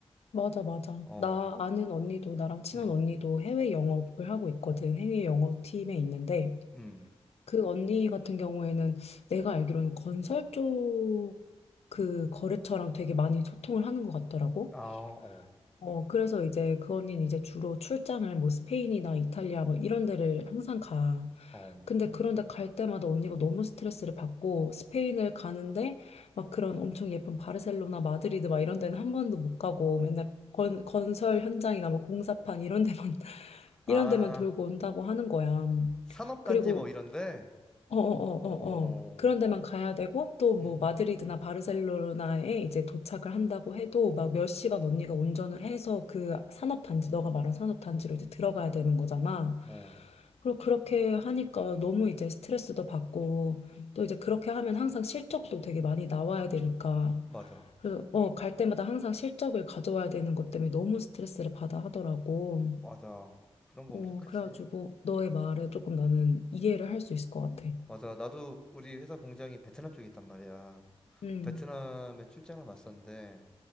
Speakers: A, on the left (about 70°); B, in the centre.
A: 맞아, 맞아.
B: 어
A: 나 아는 언니도, 나랑 친한
B: 음
A: 언니도 해외 영업을 하고 있거든. 해외 영업팀에 있는데,
B: 음
A: 그 언니 같은 경우에는 내가 알기로는 건설 쪽 그 거래처랑 되게 많이 소통을 하는 것 같더라고.
B: 아 어
A: 어, 그래서 이제 그 언니는 이제 주로 출장을 뭐 스페인이나 이탈리아 뭐 이런 데를 항상 가.
B: 어
A: 근데 그런데 갈 때마다 언니가 너무 스트레스를 받고 스페인을 가는데 막 그런 엄청 예쁜 바르셀로나, 마드리드 막 이런 데는 한 번도 못 가고 맨날 건, 건설 현장이나 뭐 공사판 이런 데만 <laughs>
B: 아
A: 이런 데만 돌고 온다고 하는 거야.
B: 산업단지
A: 그리고
B: 뭐 이런데
A: 어어어어어
B: 어어어
A: 그런 데만 가야 되고 또
B: 음
A: 뭐 마드리드나 바르셀로나에 이제 도착을 한다고 해도 막 몇 시간 언니가 운전을 해서 그 산업단지 너가 말한 산업단지로 이제 들어가야 되는 거잖아.
B: 어
A: 그리고 그렇게 하니까 너무 이제 스트레스도 받고 또 이제 그렇게 하면 항상 실적도 되게 많이 나와야 되니까
B: 맞아
A: 그래서 어, 갈 때마다 항상 실적을 가져와야 되는 것 때문에 너무 스트레스를 받아 하더라고.
B: 맞아 그런 거
A: 어,
B: 엄청 크지
A: 그래가지고 너의 말에 조금 나는 이해를 할 수 있을 것 같아.
B: 맞아. 나도 우리 회사 공장이 베트남 쪽에 있단 말이야.
A: 음.
B: 베트남에 출장을 왔었는데